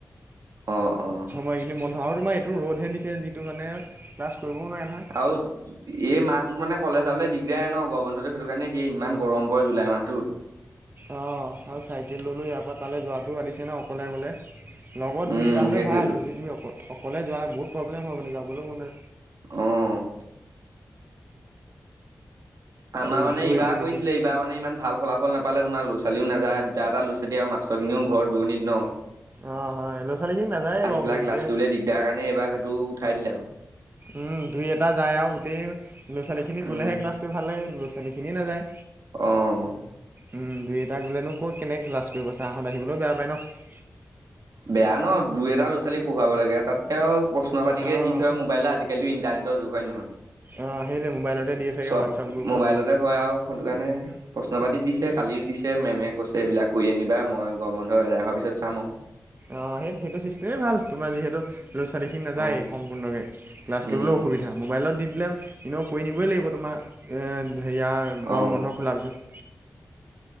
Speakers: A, on the right; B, on the right.
A: অ অ
B: মই এইখিনি বন্ধ আৰু তোমাৰ এইটো ৰ'দহে দিছে যিটো মানে ক্লছ কৰিবও নোৱাৰে নহয়।
A: আৰু এই মাহটোত মানে কলেজ যাবলৈ দিগদাৰই ন গৰম বন্ধ। সেইটো কাৰণে দিয়ে ইমান গৰম পৰে জুলাই মাহটোত।
B: অ', আৰু চাইকেল লৈ লৈ ইয়াৰ পৰা তালৈ যোৱাটোও আনিছে নহয় অকলে অকলে। লগত
A: উম
B: দুই এটা হ'লে
A: সেইটোৱেইটো
B: ভাল যদি তুমি অ-অকলে যোৱা বহুত প্ৰব্লেম হয় মানে যাবলৈও মান
A: অ'। আমাৰ
B: ৰ'দটো
A: মানে এইবাৰ
B: এইটো
A: কৰিছিলে
B: দিছে
A: এইবাৰ মানে ইমান ভাল ফলাফল নাপালে তোমাৰ ল'ৰা ছোৱালীও নাযায় দুটা ল'ৰা ছোৱালী আৰু মষ্টৰখিনিও ঘৰ দুৰণিত ন।
B: অঁ হয় ল'ৰা ছোৱালীখিনি নাযায়েই
A: আহি
B: বাৰু
A: পেলাই
B: মেইনকে
A: ক্লাছ কৰিবলৈ দিগদাৰ কাৰণে এইবাৰ সেইটো উঠাই দিলে আৰু।
B: উম, দুই এটা যায় আৰু গোটেই ল'ৰা ছোৱালীখিনি
A: উম
B: গ'লেহে ক্লাছ কৰি ভাল লাগে ল'ৰা ছোৱালীখিনিয়ে নাযায়।
A: অ'।
B: উম, দুই এটা গ'লেনো ক'ত কেনেকৈ ক্লাছ কৰিব চাৰহঁত আহিবলৈও বেয়া পায় ন।
A: বেয়া ন দুই এটা ল'ৰা ছোৱালী পঢ়োৱাব লাগে তাতকে আৰু প্ৰশ্ন পাতিকে
B: অঁ
A: দি থৈয় মোবাইলত আজিকালি তো ইন্টাৰনেটৰ যুগ হয় নহয়?
B: অ', সেইটোৱে মোবাইলতে দিয়ে চাগে
A: চব
B: হোৱাটছআপ। গ্ৰুপত
A: মোবাইলতে হয় আৰু সেইটো কাৰণে প্ৰশ্ন পাতি দিছে কালি দিছে মেমে কৈছে এইবিলাক কৰি আনিবা মই গম বন্ধ এদাই হোৱাৰ পিছত চাম আৰু।
B: অ', সেই সেইটো চিষ্টেমেই ভাল তোমাৰ যিহেতু ল'ৰা ছোৱালীখিনি নাযায়
A: অ
B: সম্পূৰ্ণকে। ক্লাছ
A: উম
B: কৰিবলৈ অসুবিধা। মোবাইলত দি দিলে এনেও কৰি নিবই লাগিব তোমাৰ এ হেৰিয়া
A: অ
B: গম বন্ধ খোলাৰ পিছত।